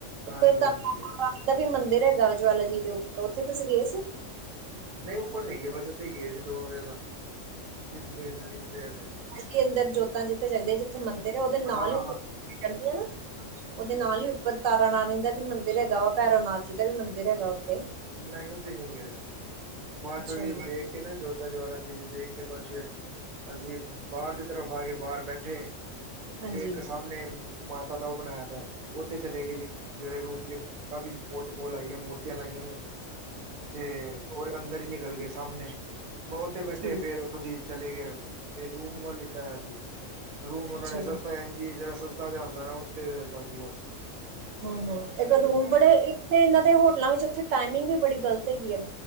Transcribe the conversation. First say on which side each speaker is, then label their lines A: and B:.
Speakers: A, on the right; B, on the right.
A: ਹਾਂਜੀ
B: ਉੱਥੇ
A: ਹਾਂਜੀ
B: ਤਾਂ ਵੀ ਮੰਦਿਰ ਹੈਗਾ ਜਵਾਲਾ ਜੀ ਦੇ ਉੱਪਰ ਉੱਥੇ ਤੁਸੀਂ ਗਏ ਸੀ
A: ਨਹੀਂ ਉੱਪਰ ਨਹੀਂ ਗਿਆ ਬਸ ਇਥੇ ਹੀ ਗਏ ਜੀ ਦੋ ਦੋ ਜਗਾ ਚਿੰਦੇ ਨ <unintelligible>
B: ੀ ਅੰਦਰ ਜੋਤਾਂ ਜਿੱਥ ਜਗਦੇ ਜਿੱਥੇ ਮੰਦਿਰ ਉਹਦੇ ਨਾਲ
A: ਹਾਂ-ਹਾਂ
B: ਹੀ ਉ ਚੜਦੀਆਂ ਨਾ ਉਹਦੇ ਨਾਲ ਹੀ ਉੱਪਰ ਤਾਰਾ ਰਣੀ ਦਾ ਵੀ ਮੰਦਿਰ ਹੈਗਾ ਵਾ ਭੈਰੋ ਨਾਥ ਜੀ ਦਾ ਵੀ ਮੰਦਿਰ ਹੈਗਾ ਉੱਥੇ।
A: ਨਹੀਂ ਉੱਥੇ ਨਹੀਂੀ ਗਿਆ ਸੀ ਮਾਤਾਦੀਪ
B: ਅੱਛਾ ਜੀ,
A: ਦੇਖ ਕੇ ਨਾ ਜੋਤਾ ਜਾ ਚੀਜ਼ ਦੇਖ ਕੇ ਬਸ ਫਿਰ ਅਸੀਂ ਬਾਹਰ ਦੀ ਤਰਫ ਆ ਕੇ ਬਾਹਰ ਬੈਠੇ
B: ਹਾਂਜੀ-ਹਾਂਜੀ
A: ਤੇ ਇੱਕ ਸਾਮਣੇ ਨੇ ਮਾਤਾ ਦਾ ਉਹ ਬਣਾਇਆ ਤ ਉੱਥੇ ਚਲੇ ਗਏ ਜੀ ਜਿਹੜੇ ਰੂਮ ਜ ਕਾਫੀ ਫੋਟੋ ਕੋਲ ਆਈ ਮੂਰਤੀਆਂ ਲਾਈਆਂ ਹੋਈਆਂ ਤੇ ਉਹਦੇ ਅੰਦਰ ਹੀ ਨਿਕਲ ਗਏ ਸਾਹਾਮਣੇ ਮੋਰ ਤੇ ਬੈਠੇ
B: ਠੀਕ
A: ਫੇਰ ਉੱਥੋਂ ਦੀ ਚਲੇ ਗਏ ਫਰ ਦੂੰਹ ਨੂੰੂੰਹ ਲਿੱਤਾ ਹੋਇਆ ਸੀ ਰੂਮ ਉਹਨਾਂ
B: ਅੱਛਾ
A: ਨੇ
B: ਜੀ।
A: ਸਸਤਾ ਜਿਹੜਾ ਸਸਤਾਦਾ ਨਾ ਉੱਥ ਦਿੱਤਾ ਸੀ ਬ
B: ਹਮ ਹਮ ਇੱਕ ਰੂਮ ਬੜੇ ਇੱਕੱ ਤੇ ਇਹਨਾ ਦੇ ਹੋਟਲਾਂ ਵਿੱਚ ਉੱਥੇ ਟਾਈਮਿੰਗ ਵੀ ਬੜੀ ਗਲਤ ਹੈਗੀ ਹੈ